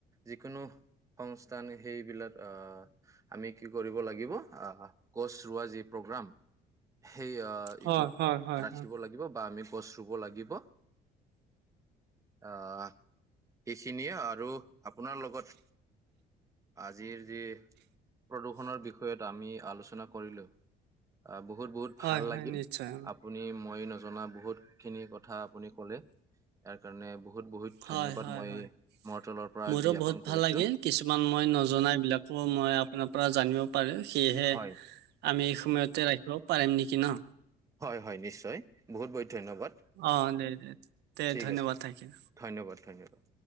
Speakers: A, on the right; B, on the right.
A: যিকোনো, সংস্থান সেইবিলাক আ। আমি কি কৰিব লাগিব আহ গছ ৰোৱা যি প্ৰগ্ৰাম, সেই আ।
B: হয়
A: ইটো
B: হয় হয়
A: ৰাখিব
B: হয়
A: লাগিব বা আমি গছ ৰুব লাগিব, আহ। সেইখিনিয়ে আৰু আপোনাৰ লগত। আজিৰ যি, প্ৰদূষণৰ বিষয়ত আমি আলোচনা কৰিলোঁ। অ বহুত বহুত
B: হয়
A: ভাল
B: হয়
A: লাগিল
B: নিশ্চয়
A: আপ আপুনি মই নজনা বহুতখিনি কথা আপুনি কলে তাৰ কাৰণে বহুত বহুত
B: হয়
A: ধন্যবাদ
B: হয়
A: মই
B: হয়
A: মোৰ তলৰ পৰা
B: মোৰো
A: জ্ঞাপন
B: বহুত
A: কৰিছো
B: ভাল লাগিল কিছুমান মই নজনা এইবিলাকো মই আপোনাৰ পৰা জানিব পাৰোঁ সেয়েহে
A: হয়
B: আমি এই সময়তে ৰাখিব পাৰিম নিকি ন
A: হয় হয় নিশ্চয় বহুত বহুত ধন্যবাদ
B: অ দে দে দে
A: ঠিক
B: ধন্যবাদ
A: আছে
B: থাকিল
A: ধন্যবাদ ধন্যবাদ